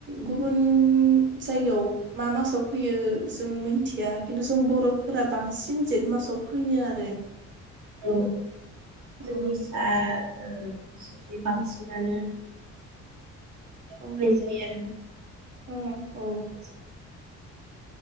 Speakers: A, on the right; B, on the right.
A: गुब उन उम जायगायाव मा मासाव फैयो जों मिनथिया खिन्थु जों बर'फोरा बांसिन जेठ मासाव फैयो आरो।
B: औ।
A: उम
B: जोंनिसा। ओ बिदि बांसिनानो। बिदियाव
A: औ
B: फोलाय जायो आरोना।
A: औ औ
B: अ सार